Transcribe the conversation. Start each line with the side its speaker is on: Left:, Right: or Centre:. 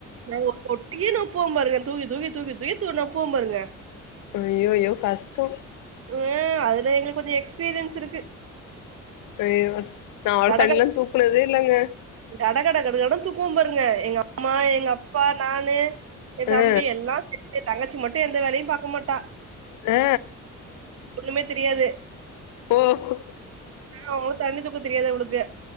Right: அ ஒர் பொட்டியே நப்புவாம் பாருங்க தூக்கி தூக்கி தூக்கி தூக்கி து நப்புவாம் பாருங்க.
Left: அய்யொய்யோ கஷ்டோ.
Right: அ அதுல எங்குளுக்கு கொஞ்சோ எக்ஸ்பீரியன்ஸ் இருக்கு.
Left: அய்யோ நா அவ்ள்
Right: கட
Left: தண்ணில்லா தூக்குனதே இல்லங்க.
Right: கட கட கட கடன் தூக்குவம் பாருங்க எங்க அம்மா எங்க அப்பா நானு. எந்
Left: ஆ ஆ
Right: தம்பி எல்லா <inaudible> தங்கச்சி மட்டு எந்த வேலையும் பாக்க மாட்டா.
Left: அ.
Right: <inaudible> ஒண்ணுமே தெரியாது.
Left: ஓ ஹொ‌.
Right: ஆஅவ தண்ணி தூக்க தெரியாது அவளுக்கு